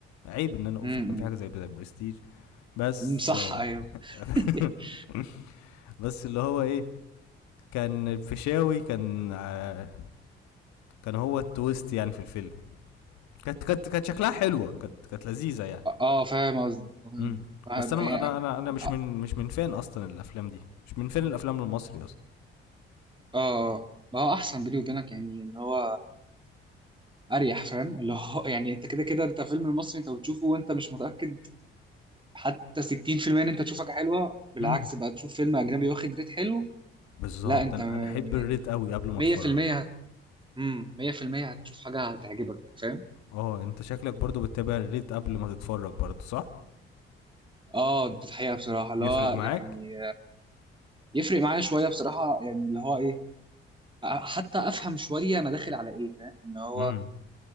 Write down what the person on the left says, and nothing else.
عيب ان انا اقول
في كان في حاجه زي ذا برستيج بس
<laughs> بس اللي هو ايه كان فيشاوي كان آه، كان هو التويست يعني في الفيلم كانت كانت كانت شكلها حلوه كانت كانت لذيذه يعني
امم
بس
انا
انا انا انا مش
من مش من فان اصلا الافلام دي مش من فان الافلام المصري اصلا
امم
بالظبط
انا
انا احب الريت قوي قبل ما
اتفرج
اه انت شكلك برضو بتتابع الريت قبل ما تتفرج برضو صح
يفرق
معاك
امم